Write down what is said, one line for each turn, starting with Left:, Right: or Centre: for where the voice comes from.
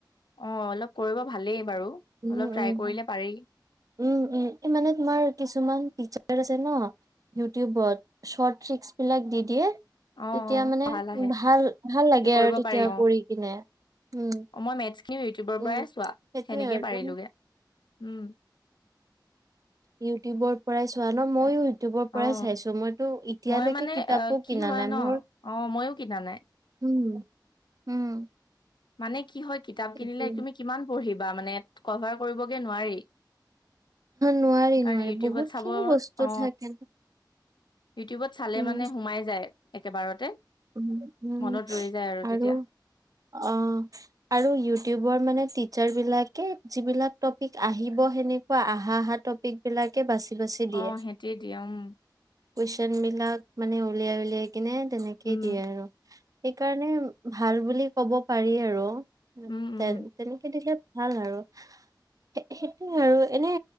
Left: অঁ, অলপ কৰিব ভালেই বাৰু,
Right: উম
Left: অলপ ট্ৰাই
Right: উম
Left: কৰিব পাৰি।
Right: উম, উম মানে তোমাৰ কিছুমান টিচাৰ আছে ন ইউটিউবত শ্বৰ্ট ৰিক্চবিলাক দি দিয়ে তেতিয়া
Left: অ', অ',
Right: মানে
Left: ভাল আহে
Right: ভাল ভাল লাগে
Left: কৰিব
Right: আৰু তেতিয়া
Left: পাৰি
Right: কৰি কিনে উম,
Left: অ' মই মেথছ খিনি ইউটিউবৰ
Right: উম।
Left: পৰাই চোৱা,
Right: সেইটোয়ে
Left: সেনেকেই
Right: আৰু
Left: পাৰিলোগে
Right: মানে
Left: উম
Right: ইউটিউবৰ পৰাই চোৱা ন ময়ো ইটউবৰ পৰাই
Left: অ'।
Right: চাইছো মইতো এতিয়ালৈকে
Left: মই মানে
Right: কিতাপো
Left: অ কি
Right: কিনা
Left: হয়
Right: নাই
Left: ন
Right: মোৰ
Left: অ মইয়ো কিনা নাই
Right: উম উম
Left: মানে কি হয় কিতাপ কিনিলে
Right: এইটো
Left: তুমি কিমান পঢ়িবা মানে, কভাৰ কৰিবগে নোৱাৰি
Right: নোৱাৰি
Left: সেইকাৰণে
Right: নোৱাৰি
Left: ইউটিউবত
Right: বহুত
Left: চাব
Right: খিনি বস্তু
Left: অ
Right: থাকে
Left: ইউটিউবত চালে
Right: উম,
Left: মানে সোমাই যায় একেবাৰতে
Right: উম উম
Left: মনত ৰৈ যায় তেতিয়া
Right: আৰু অ আৰু ইউটিউবৰ মানে টিচাৰ বিলাকে যিবিলাক টপিক আহিব সেনেকুৱা আহা আহা টপিক বিলাকে বাচি বাচি
Left: অ
Right: দিয়ে
Left: সিহঁতি দিয়ে উম
Right: কুৱেশ্বন বিলাক মানে উলিয়াই উলিয়াই কিনে তেনেকেই
Left: উম
Right: দিয়ে আৰু সেইকাৰণে ভাল বুলি ক'ব পাৰি আৰু তে
Left: উম উম
Right: তেনেকে দিলে ভাল আৰু সে-সেইটোৱে আৰু এনে